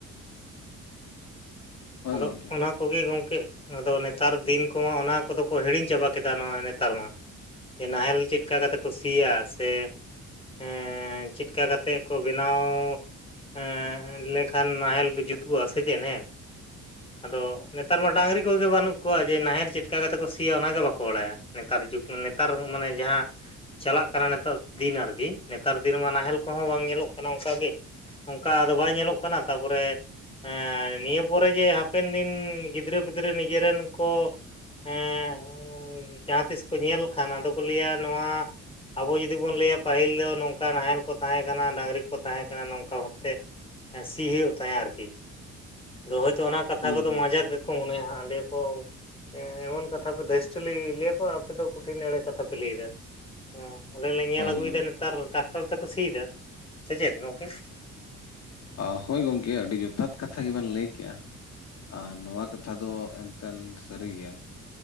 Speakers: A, on the left; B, on the left.
A: ᱦᱳᱭ
B: ᱟᱫᱚ
A: ᱜᱚᱢᱠᱮ
B: ᱚᱱᱟ ᱠᱚ ᱜᱮ ᱜᱚᱝᱠᱮ ᱟᱫᱚ ᱱᱮᱛᱟᱨ ᱫᱤᱱ ᱠᱚᱢᱟ ᱚᱱᱟ ᱠᱚᱫᱚ ᱠᱚ ᱦᱤᱲᱤᱧ ᱪᱟᱵᱟ ᱠᱮᱫᱟ ᱱᱚᱣᱟ ᱱᱮᱛᱟᱨ ᱢᱟ᱾ ᱡᱮ ᱱᱟᱦᱮᱞ ᱪᱮᱫ ᱞᱮᱠᱟ ᱠᱟᱛᱮ ᱠᱚ ᱥᱤᱭᱟ ᱥᱮ ᱚᱻ ᱪᱮᱫᱠᱟ ᱠᱟᱛᱮᱫ ᱠᱚ ᱵᱮᱱᱟᱣ ᱮᱜ ᱞᱮᱠᱷᱟᱱ ᱱᱟᱦᱮᱞ ᱠᱚ ᱡᱩᱛᱩᱜᱼᱟ ᱥᱮ ᱪᱮᱫ ᱦᱮᱸ᱾ ᱟᱫᱚ ᱱᱮᱛᱟᱨ ᱢᱟ ᱰᱟᱹᱝᱨᱤ ᱠᱚᱜᱮ ᱵᱟᱹᱱᱩᱜ ᱠᱚᱣᱟ ᱡᱮ ᱱᱟᱦᱮᱞ ᱪᱮᱫ ᱞᱮᱠᱟ ᱠᱟᱛᱮᱫ ᱠᱚ ᱥᱤᱭᱟ ᱚᱱᱟ ᱜᱮ ᱵᱟᱠᱚ ᱵᱟᱲᱟᱭᱟ᱾ ᱱᱮᱛᱟᱨ ᱡᱩᱜᱽ ᱱᱮᱛᱟᱨ ᱢᱟᱱᱮ ᱡᱟᱦᱟᱸ ᱪᱟᱞᱟᱜ ᱠᱟᱱᱟ ᱱᱮᱛᱟᱨ ᱫᱤᱱ ᱟᱨᱠᱤ ᱱᱮᱛᱟᱨ ᱫᱤᱱ ᱢᱟ ᱱᱟᱦᱮᱞ ᱠᱚᱦᱚᱸ ᱵᱟᱝ ᱧᱮᱞᱚᱜ ᱠᱟᱱᱟ ᱚᱱᱠᱟᱜ ᱜᱮᱼᱼ ᱚᱱᱠᱟᱫᱚ ᱵᱟᱭ ᱧᱮᱞᱚᱜ ᱠᱟᱱᱟ ᱛᱟᱯᱚᱨᱮ ᱮᱸ ᱱᱤᱭᱟᱹᱼᱼ ᱯᱚᱨᱮ ᱜᱮ ᱦᱟᱯᱮᱱ ᱫᱤᱱ ᱜᱤᱫᱽᱨᱟᱹ ᱯᱤᱫᱽᱨᱟᱹ ᱱᱤᱡᱮᱨᱮᱱ ᱠᱚ ᱦᱮᱸᱼᱼ ᱡᱟᱦᱟᱸ ᱛᱤᱥ ᱠᱚ ᱧᱮᱞ ᱠᱷᱟᱱ ᱟᱫᱚ ᱠᱚ ᱞᱟᱹᱭᱟ ᱱᱚᱣᱟᱼᱼ ᱟᱵᱚ ᱡᱩᱫᱤ ᱵᱚᱱ ᱞᱟᱹᱭᱟ ᱯᱟᱹᱦᱤᱞ ᱫᱚ ᱱᱚᱝᱼᱠᱟ ᱱᱟᱦᱮᱞ ᱠᱚ ᱛᱟᱦᱮᱸ ᱠᱟᱱᱟ ᱰᱟᱝᱨᱤ ᱠᱚ ᱛᱟᱦᱮᱸ ᱠᱟᱱᱟ ᱱᱚᱝᱠᱟ ᱵᱷᱟᱵ ᱛᱮ ᱥᱤ ᱦᱩᱭᱩᱜ ᱛᱟᱦᱮᱜ ᱟᱨᱠᱤ ᱟᱫᱚ ᱦᱳᱭᱛᱳ ᱚᱱᱟ ᱠᱟᱛᱷᱟ
A: ᱦᱩᱸ
B: ᱠᱚᱫᱚ
A: ᱦᱩᱸ
B: ᱢᱟᱡᱟᱠ ᱜᱮᱠᱚ ᱢᱚᱱᱮᱭᱟ ᱦᱟᱸᱜ ᱞᱟᱹᱭ ᱟᱠᱚᱼᱼ ᱮᱸ ᱮᱢᱚᱱ ᱠᱟᱛᱷᱟ ᱯᱮ ᱫᱷᱮᱥᱴᱚᱞᱤ ᱞᱟᱹᱭᱟᱠᱚ ᱟᱯᱮ ᱫᱚ ᱠᱚᱴᱷᱤ ᱮᱲᱮ ᱠᱟᱛᱷᱟ ᱯᱮ ᱞᱟᱹᱭ ᱮᱫᱟ᱾ ᱚ ᱚᱸᱰᱮ ᱞᱮ ᱧᱮᱞ
A: ᱦᱳᱭ
B: ᱟᱹᱜᱩᱭᱮᱫᱟ
A: ᱦᱳᱭ
B: ᱱᱮᱛᱟᱨ ᱴᱟᱠᱴᱟᱨ ᱛᱮᱠᱚ ᱥᱤᱭᱮᱫᱟ ᱥᱮ ᱪᱮᱫ ᱜᱚᱝᱠᱮ?
A: ᱟ ᱦᱳᱭ ᱜᱚᱝᱠᱮ ᱟᱹᱰᱤ ᱡᱚᱛᱷᱟᱛ ᱠᱟᱛᱷᱟ ᱜᱮᱵᱮᱱ ᱞᱟᱹᱭ ᱠᱮᱜᱼᱟ᱾ ᱟᱨ ᱱᱚᱣᱟ ᱠᱟᱛᱷᱟ ᱫᱚ ᱮᱱᱛᱮᱱ ᱥᱟᱹᱨᱤ ᱜᱮᱭᱟ